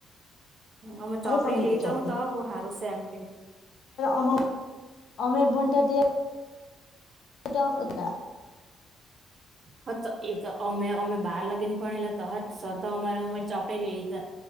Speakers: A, on the right; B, on the left.
A: અમે
B: અરે
A: ચોપડી
B: પણ
A: લેતો
B: ચો
A: તો બહુ હારુ સે એમ કે.
B: અમ <inaudible> અમે ભણતા ત્યાં તા ઉતા.
A: હ તો એ તો અમે અમે બાર લગીન ભણેલા તો જ સર તો અમારે અમારી ચોપડી લઈધ